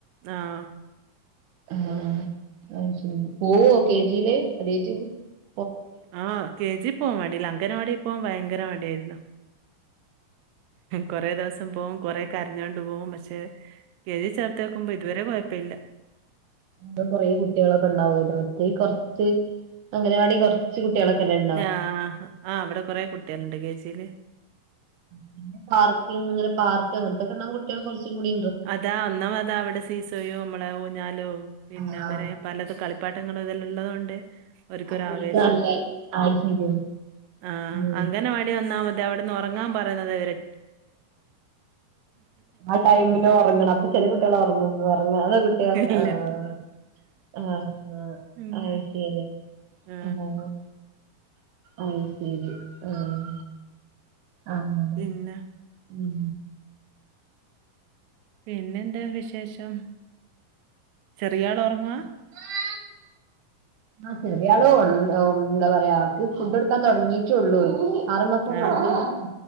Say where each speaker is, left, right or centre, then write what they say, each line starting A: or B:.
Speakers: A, on the right (about 85°); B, on the right (about 70°).
A: ആഹ്
B: ആഹ് അത്ശരി പോവോ കേ ജി ല് <unintelligible>
A: ആഹ് കെ ജി പോവാൻ മടില്ല അംഗനവാടി പോവാൻ ഭയങ്കര മടിയായിരുന്നു കൊറേ ദിവസം പോവും കൊറക്കെ കരഞ്ഞോണ്ട് പോവും പക്ഷെ കേെ ജി ചേർത്ത് വെക്കുമ്പോ ഇതുവരെ കുഴപ്പമില്ല
B: <unintelligible> കുറെ കുട്ടികളൊക്കെ ഉണ്ടാവുലോ മറ്റേത്കുറച്ച് അംഗനവാടി കൊറ ച്ചു കുട്ടികള്ഒക്കെ അല്ലേ ഉള്ളൂ
A: ആഹ് ആഹ് അവിടെ കുറെ കുട്ടികള്ണ്ട് കെ ജി യിൽ
B: പിന്നെ പാർക്കി ഇങ്ങനെ പാർക്ക് അങ്ങനത്തൊക്കെണ്ട കുറച്ചുകൂടി
A: അതാ ഒന്നാ അതാ അവിടെ സീസോ യും നമ്മളെ ഊഞ്ഞാലും പിന്നെ
B: ആഹ്
A: അങ്ങനെ പലത് കളിപ്പാട്ടങ്ങളും ഇതല്ല ഉള്ളതുകണ്ട് ഓര്ക്
B: അപ്പൊ
A: ഒരാവേശ
B: ഓൽക്ക് നല്ല അത് ശരിയാ
A: ആഹ് ആഹ്
B: ഉം
A: അംഗനവാടി വന്ന അവിടുന്ന് ഉറങ്ങാൻ പറയുന്നത് അവരെ
B: ആഹ് ടൈമില് ഉറങ്ങണം അപ്പ ചെല കുട്ടികള ഉറങ്ങും ഉറങ്ങാത്ത കുട്ടികൾ
A: ഇല്ല
B: ആഹ് ആഹ്
A: പിന്നെ
B: ആഹ് ശരി
A: ആ,
B: ആഹ് അത്ശരി ആഹ് അങ്ങനെ
A: പിന്നെ
B: ഉം
A: പിന്നെന്താ വിശേഷം ചെറിയാൾ ഉറങ്ങുവ
B: <unintelligible> ആഹ് ചെറിയാള് എന്താ പറയാ ആൾക്ക് ഫുഡ് കൊടുക്കാൻ തുടങ്ങിട്ടുള്ളൂ ആറു മാസം
A: ആ
B: കഴിഞ്ഞിട്ട്